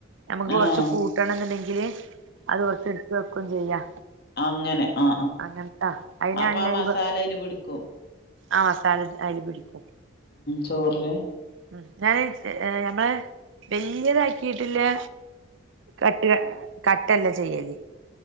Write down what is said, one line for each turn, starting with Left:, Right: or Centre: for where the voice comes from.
Right: നമക്ക്
Left: ആഹ്
Right: കൊറച്ച് കൂട്ടണംന്ന്ണ്ടെ ങ്കില് അത് കൊറച്ച് ട്ത്ത് വെക്കും ചെയ്യാ
Left: അങ്ങനെ ആ
Right: അങ്ങനത്താ അയിനാണ്
Left: ആഅപ്പൊ ആ
Right: ഞാൻ
Left: മസാലഅയ്ല്
Right: ഈ
Left: പിടിക്കും
Right: ആ മസാല അയ്ല്‌ പിടിക്കും
Left: ചോറ്ല്
Right: ഉം ഞാനയ് ഞമ്മളെ വല്ല്യതാക്കീട്ടില്ലെ കട്ട് കട്ടല്ല ചെയ്യല്